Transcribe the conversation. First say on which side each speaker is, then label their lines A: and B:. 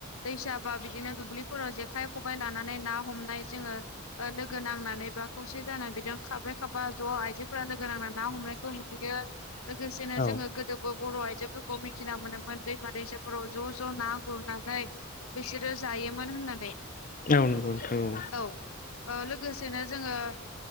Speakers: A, on the left; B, on the left.
A: दैसा बा बिदिनो दुब्लिफोराव जेखाइ खबबाय लानानै ना हमनाय जोङो। लोगो नांनानै बा खौसे जानानै बिदि खारब्रै खाबा ज आइजोफोरा लोगो नांना ना हमनायखौ। नुयो। लोगोसेनो
B: औ
A: जोंङो गोदोबो बर' आइजोफोरखौ मिथिना मोनोमोन दैमा दै <unintelligible> ज' ज' ना गुरनानै बिसोरो जायोमोन होननानै
B: औ नंगौ नोंथां औ
A: औ लोगोसेनो जोंङो